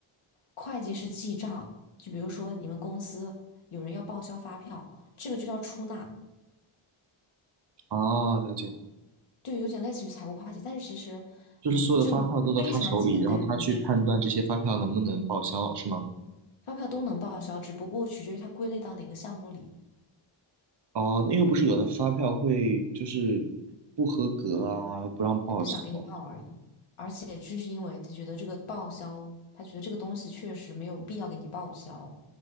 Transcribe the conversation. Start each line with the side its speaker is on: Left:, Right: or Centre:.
Left: 会计是记账，就比如说你们公司有人要报销发票，这个就叫出纳，
Right: 啊，了解，
Left: 对，有点类似于财务会计，但是其实，
Right: 就是所有的发票都到他手里，
Left: 嗯，这种东西非常简单，
Right: 然后他去判断这些发票能不能报销，
Left: 容易上手，
Right: 是吗？
Left: 发票都能报销，只不过取决于它归类到哪个项目里。
Right: 哦，因为不是有的发票会就是不合格啊，不让报销。
Left: 他不想给你报而已，而且这是因为他觉得这个报销，他觉得这个东西确实没有必要给你报销。